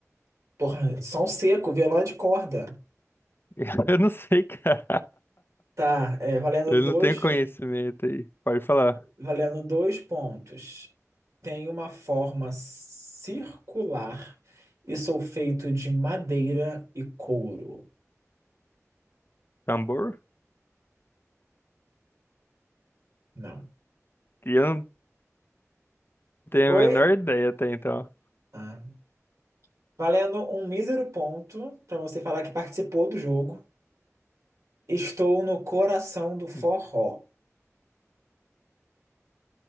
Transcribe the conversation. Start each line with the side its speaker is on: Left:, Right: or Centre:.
Right: Porra, som seco, violão de corda.
Left: <laughs> Eu não sei, cara.
Right: Tá, é, valendo
Left: Eu
Right: dois,
Left: não tenho conhecimento aí. Pode falar.
Right: valendo dois pontos. Tem uma forma circular e sou feito de madeira e couro.
Left: Tambor?
Right: Não.
Left: Que eu não tenho
Right: Oi.
Left: a menor ideia até então.
Right: Ah, valendo um mísero ponto para você falar que participou do jogo. Estou no coração do forró.
Left: <laughs>